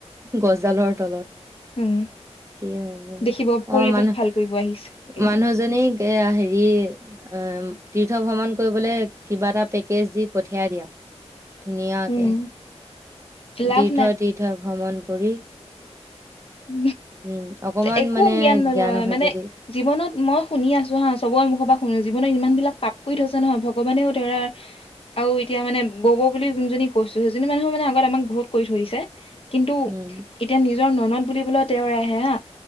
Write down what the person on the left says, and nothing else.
উম
দেখিব পৰিৱেশ
ভাল কৰিব আহিছে তে,
উম
লাভ
উ
একো
জ্ঞান নলয়
মানে
জীৱনত মই শুনি আছো হা চবৰে মুখ পৰা শুনো জীৱনৰত ইমান বিলাক পাপকৈ থৈছে নহয় ভগৱানেও ধৰা আৰু তেতিয়া মানে বৌ বৌ বুলি যোনজনীক কৈছো সেইজনী মানুহে মানে আগত আমাক বহুত কৰি থৈ দিছে কিন্তু
এতিয়া নিজ তেওঁ ননদ বুলি বোলে তেওঁ আহে হা